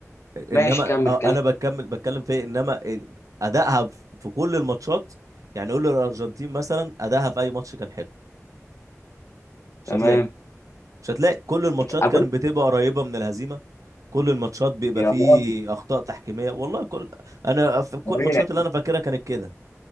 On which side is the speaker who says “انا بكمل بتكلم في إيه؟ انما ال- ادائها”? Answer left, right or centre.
Right